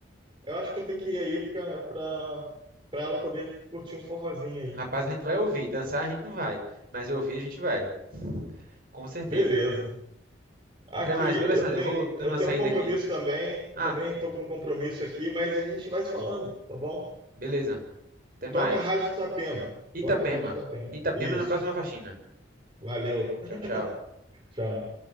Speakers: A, on the right; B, on the right.
A: Eu acho que eu tenho que ir aí para para ela poder curtir um forrozinho aí.
B: Rapaz, a gente vai ouvir. Dançar a gente não vai, mas ouvir a gente vai, com certeza.
A: Beleza. Aqui,
B: Até mais, viu, Alessandro?
A: eu tenho,
B: Eu vou dando
A: eu
B: uma
A: tenho
B: saída
A: um compromisso
B: aqui.
A: também. Eu
B: Ah,
A: também
B: que
A: estou
B: bom.
A: com um compromisso aqui, mas a gente vai se falando, tá bom?
B: Beleza. Até mais.
A: Toca a Rádio Itapema.
B: Itapema.
A: Toca a Rádio Itapema.
B: Itapema
A: Isso.
B: na próxima faxina.
A: Valeu.
B: Tchau, tchau.
A: <laughs> Tchau.